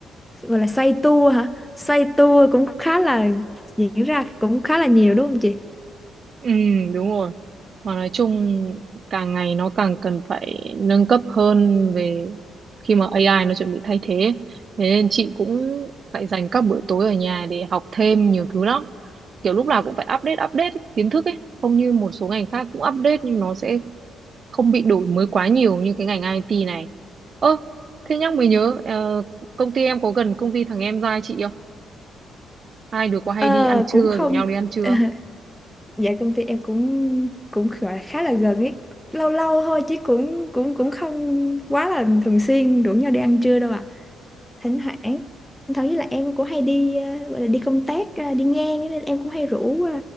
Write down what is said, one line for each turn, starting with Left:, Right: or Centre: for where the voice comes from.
Centre: gọi là xoay tua hả? Xoay tua cũng khá là diễn ra cũng khá là nhiều đúng không chị?
Right: Ừ, đúng rồi. Mà nói chung càng ngày nó càng cần phải nâng cấp hơn về khi mà AI nó chuẩn bị thay thế. Thế nên chị cũng phải dành các buổi tối ở nhà để học thêm nhiều thứ lắm. Kiểu lúc nào cũng phải update update kiến thức ấy. Không như một số ngành khác cũng update nhưng nó sẽ không bị đổi mới quá nhiều như cái ngành IT này. Ơ, thế nhắc mới nhớ, ờ, công ty em có gần công ty thằng em trai chị không? Hai đứa có hay
Centre: Ờ
Right: đi ăn trưa
Centre: cũng không
Right: rủ nhau đi ăn trưa
Centre: <laughs> dạ công ty em cũng cũng gọi là khá là gần ấy lâu lâu thôi chứ cũng cũng cũng không quá là thường xuyên rủ nhau đi ăn trưa đâu ạ. à thỉnh thoảng thỉnh thoảng với lại em cũng hay đi ờ, gọi là đi công tác ờ, đi ngang ấy, nên em cũng hay rủ ờ,